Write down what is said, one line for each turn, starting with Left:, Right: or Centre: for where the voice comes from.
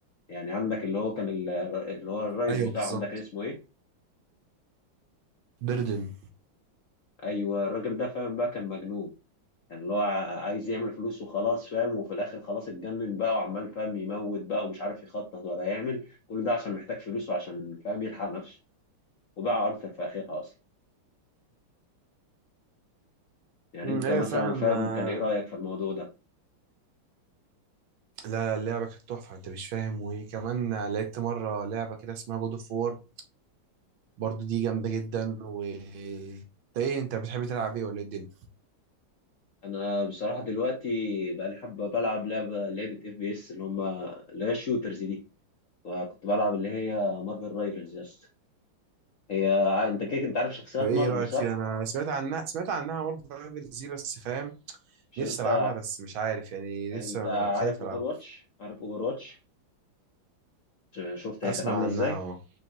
Left: يعني عندك اللي هو كان ال- اللي هو الرئيس
Right: ايوه
Left: بتاعهم
Right: بالظبط
Left: ده كان اسمه ايه
Right: بردن
Left: ايوه الراجل ده فاهم بقى كان مجنون كان اللي هو عايز يعمل فلوس وخلاص فاهم وفي الاخر خلاص اتجنن بقى وعمال فاهم يموت بقى ومش عارف يخطط ولا يعمل كل ده عشان محتاج فلوس وعشان فاهم يلحق نفسه وباع ارثر في اخرها اصلا يعني
Right: امم
Left: انت
Right: ايوه
Left: مثلا
Right: فعلا
Left: فاهم
Right: آه،
Left: كان ايه رايك في الموضوع ده
Right: لا لا، اللعبه كانت تحفه انت مش فاهم وكمان آه، لعبت مره لعبه كده اسمها جود اوف وور برضو دي جامده جدا و انت ايه انت بتحب تلعب ايه ولا ايه الدنيا
Left: انا بصراحه دلوقتي بقى لي حبه بلعب لعبه لعبه اف بي اس اللي هم اللي هي الشوترز دي وكنت بلعب اللي هي مارفل رايفلز يا اسطى هي انت كده انت عارف شخصيات
Right: طب ايه
Left: مارفل
Right: رايك
Left: صح
Right: فيها انا سمعت عنها سمعت عنها مره برايفل دي بس فاهم
Left: مش
Right: نفسي
Left: انت
Right: العبها بس مش عارف يعني
Left: انت
Right: لسه
Left: عارف
Right: خايف
Left: اوفر
Right: العب
Left: واتش عارف اوفر واتش شفت هي
Right: اسمع
Left: كانت عامله
Right: عنها
Left: ازاي
Right: اه